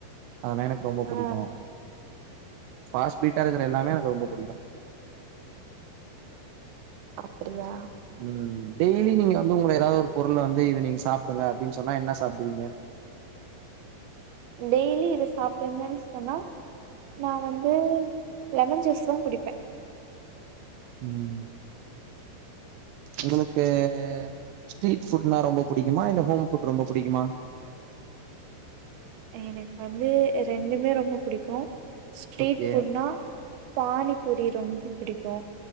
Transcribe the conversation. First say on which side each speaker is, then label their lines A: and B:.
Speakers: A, on the right (about 80°); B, on the right (about 65°).
A: அதல்லா எனக்கு ரொம்ப புடிக்கு
B: ஆ
A: பாஸ்பீட்டா இருக்கிற எல்லாமே எனக்கு ரொம்ப புடிக்கு
B: அப்படியா
A: உம் டெய்லி நீங்க வந்து உங்க ஏதாவது ஒரு பொருளை வந்து இது நீங்க சாப்பிடுங்க அப்படின்னு சொன்னா என்ன சாப்பிடுவீங்க
B: டெய்லி இத சாப்பிடுங்கன்னு சொன்னா நா வந் இது லெமன் ஜூஸ் தா குடிப்ப
A: உம் உங்களுக்கு ஸ்ட்ரீட் ஃபுட்னா ரொம்ப புடிக்குமா இல்ல ஹோம் ஃபுட் ரொம்ப புடிக்குமா
B: எனக்கு வந்து ரெண்டுமே ரொம்ப புடிக்கு ஸ்ட்ரீட்
A: ஓகே
B: ஃபுட்னா பானி பூரி ரொம்ப புடிக்கு